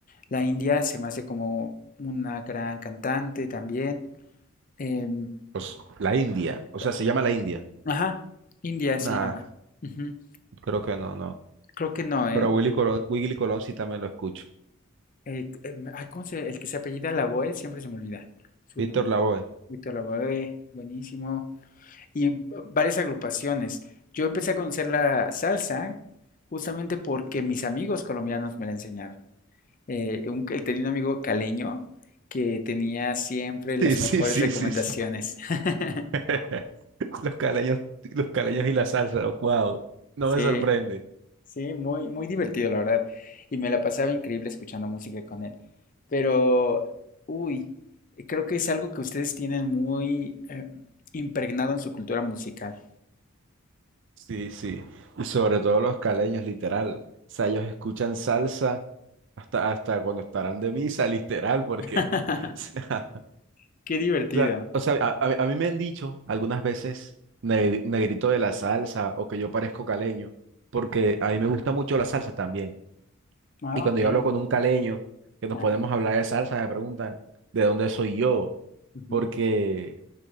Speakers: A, on the left; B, on the right.
A: la India se me hace como una gran cantante también. Em,
B: pues la India, o
A: ca-
B: sea, se llama la India.
A: ajá, India se
B: Nada,
A: llama. Ujú,
B: creo que no, no.
A: Creo que no, ¿eh?
B: Pero a Willy Colón, Willy Colón sí también lo escucho.
A: Eh, em, ay, ¿cómo se, el que se apellida Lavoe, siempre se me olvida su
B: Víctor
A: nombre.
B: Lavoe. <laughs>
A: Víctor Lavoe, buenísimo. Y v- varias agrupaciones. Yo empecé a conocer la salsa justamente porque mis amigos colombianos me la enseñaron. Eh, un, ca- tenía un amigo caleño que tenía siempre las
B: Sí, sí,
A: mejores
B: sí,
A: recomendaciones.
B: sí, sí.
A: <laughs>
B: <laughs> Los caleños, los caleños y la salsa, wow, no
A: Sí,
B: me sorprende.
A: sí, muy, muy divertido, la verdad. Y me la pasaba increíble escuchando música con él. Pero, uy, creo que es algo que ustedes tienen muy eh, impregnado en su cultura musical.
B: Sí, sí. Y sobre todo los caleños, literal. O sea, ellos escuchan salsa hasta, hasta cuando estarán de misa, literal, porque,
A: <laughs>
B: <laughs> o
A: Qué divertido.
B: sea, o sea, o sea, a, a mí a mí me han dicho algunas veces "Ne- negrito de la salsa o que yo parezco caleño, porque a mí me gusta mucho la salsa también.
A: Ah,
B: Y cuando
A: ok.
B: yo hablo con un caleño, que nos
A: Ah,
B: podemos hablar de salsa, me preguntan de dónde soy yo,
A: ujú,
B: porque